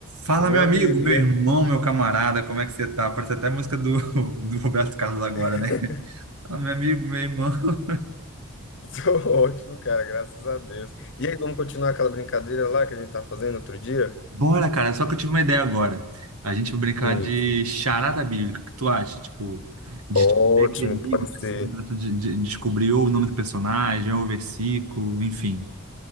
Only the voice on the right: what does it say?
Fala,
meu
amigo, meu
irmão,
meu camarada, como é que você tá? Parece até a música do, <laughs> do Roberto Carlos agora,
né? Fala, meu amigo, meu irmão. <laughs>
Bora, cara, só que eu tive uma ideia agora. A gente vai brincar
de
charada bíblica, o que tu acha? Tipo, de
tipo, meio que enigma,
assim,
pra tu de, de- descobrir ou o nome do personagem, ou o versículo, enfim.